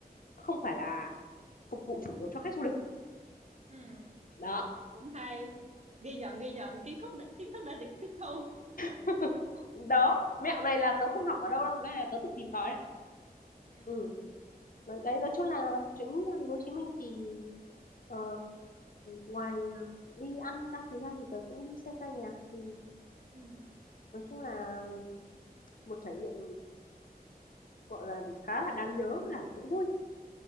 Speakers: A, on the left; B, on the right.
A: không phải là phục vụ chủ yếu cho khách du lịch
B: ừ
A: đó
B: cũng hay ghi nhận ghi nhận kiến thức đã, kiến thức đã được tiếp thu
A: <laughs> đó mẹo này là tớ không học ở đâu đâu cái này là tớ tự tìm
B: ừ
A: tòi đấy
B: ừ
A: ừ đấy đấy, nói chung là chuyến ra thành phố Hồ Chí Minh thì ờ, ngoài đi ăn các thứ ra thì tớ cũng đi xem ca nhạc thì
B: ừ
A: nói chung là một trải nghiệm gọi là gì khá là đáng nhớ là cũng vui
B: ừ.